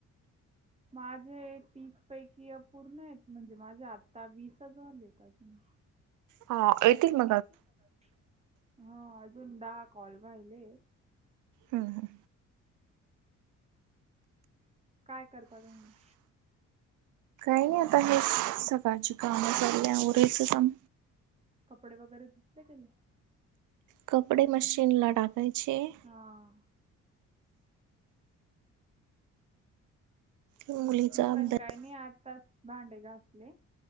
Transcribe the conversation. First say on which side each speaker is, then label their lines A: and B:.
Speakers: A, on the right (about 20°); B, on the right (about 80°).
A: माझे तीस पैकी अपूर्ण आहेत म्हणजे माझे आता वीस जालेेत अजून
B: हा एतील ना
A: जमील ना हा अजून दहा कॉल राहिले
B: हुम हु
A: काय करता तुम्ही
B: होत आहेत सकाळची कामं ली उरायचं काम
A: कपडे वगैरे धुसले कि नाही
B: कपडे मशीन टाकायचे आहे
A: हा
B: मुलीचा
A: मी
B: अभ्यास
A: पण काय नाही आताच भांडे घासले